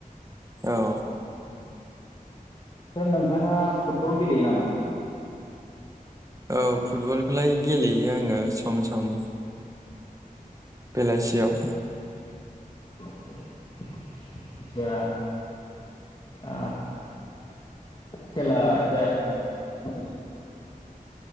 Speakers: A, on the right (about 20°); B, on the left (about 35°).
A: औ
B: आतसा नोंथाङा फुटबल गेलेयो नामा
A: औ फुटबलखौलाय गेलेयो आङो सम सम बेलासियाव
B: आतसा आ खेला जायाखै नामा नोंथांमोननिथिं